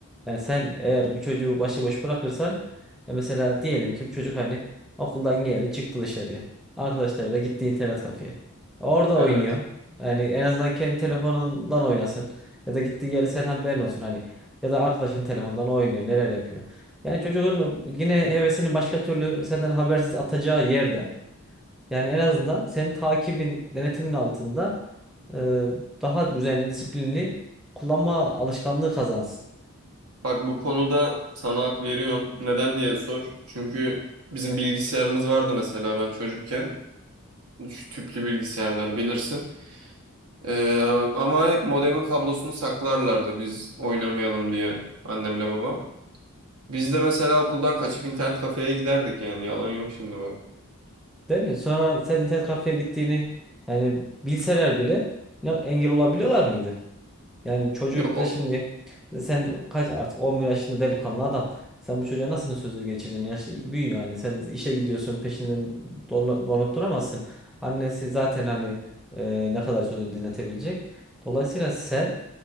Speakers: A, in the centre; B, on the right (about 85°).
A: Yani sen eğer bu çocuğu başıboş bırakırsan e mesela diyelim ki bu çocuk hani okuldan geldi çıktı dışarıya. Arkadaşlarıyla gitti internet kafeye. Orada
B: evet.
A: oynuyor. Yani en azından kendi telefonundan oynasın. Ya da gittiği yeri sen haberin olsun hani. Ya da arkadaşın telefondan oynuyor neler yapıyor. Yani çocuğun yine hevesini başka türlü senden habersiz atacağı yerde yani en azından senin takibin, denetimin altında e, daha düzenli, disiplinli kullanma alışkanlığı kazansın.
B: Bak bu konuda sana hak veriyorum. Neden diye sor. Çünkü bizim bilgisayarımız vardı mesela ben çocukken. Şu tüplü bilgisayarlar bilirsin. Ee, ama hep modemin kablosunu saklarlardı biz oynamayalım diye annemle babam. Biz de mesela okuldan kaçıp internet kafeye giderdik yani yalan yok şimdi bak.
A: Değil mi? Sonra sen internet kafeye gittiğini yani bilseler bile ne- engel olabiliyorlar mıydı? Yani çocuk
B: Yok
A: da
B: o
A: şimdi sen kaç artık 11 yaşında delikanlı adam. Sen bu çocuğa nasıl sözü geçirdin? Yaş büyüyor yani. Sen işe gidiyorsun peşinden dola- dolanıp duramazsın. Annesi zaten hani e, ne kadar sözünü dinletebilecek. Dolayısıyla sen